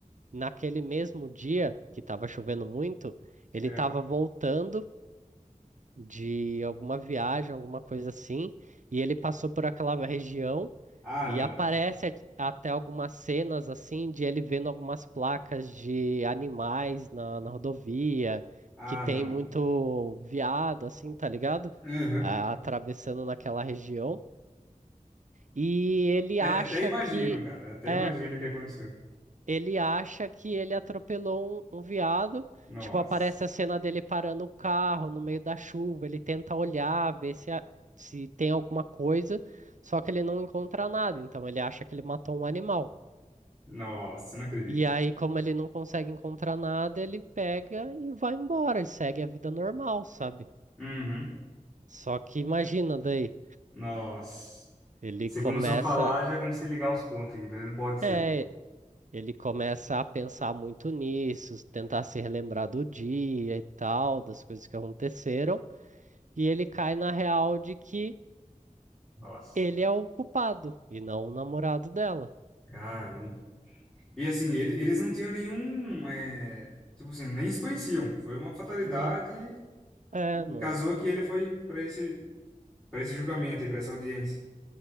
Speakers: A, on the right; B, in the centre.
A: naquele mesmo dia que estava chovendo muito, ele
B: É.
A: estava voltando de alguma viagem, alguma coisa assim, e ele passou por aquela região
B: Ah,
A: e
B: não,
A: aparece
B: cara.
A: at- até algumas cenas assim de ele vendo algumas placas de animais na, na rodovia,
B: Ah,
A: que tem
B: não.
A: muito veado, assim, tá ligado?
B: Uhum.
A: Ah, atravessando naquela região. E ele
B: Até,
A: acha
B: até imagino,
A: que
B: cara. Até
A: é,
B: imagino o que aconteceu.
A: ele acha que ele atropelou um, um veado.
B: Nossa.
A: Tipo, aparece a cena dele parando o carro no meio da chuva, ele tenta olhar, ver se, a- se tem alguma coisa, só que ele não encontra nada, então ele acha que ele matou um animal.
B: Nossa, não acredito.
A: E aí, como ele não consegue encontrar nada, ele pega e vai embora e segue a vida normal, sabe?
B: Uhum.
A: Só que imagina daí,
B: Nossa.
A: ele
B: Você
A: começa,
B: começou a falar, já comecei a ligar os pontos aqui. Falei, não pode ser.
A: é, ele começa a pensar muito nisso, tentar se relembrar do dia e tal, das coisas que aconteceram, e ele cai na real de que
B: Nossa.
A: ele é o culpado e não o namorado dela.
B: Caramba. E assim, ele- eles não tinham nenhum. é, tipo assim, nem se conheciam. Foi uma fatalidade
A: Não, é,
B: e
A: não.
B: casou que ele foi para esse, para esse julgamento e para essa audiência.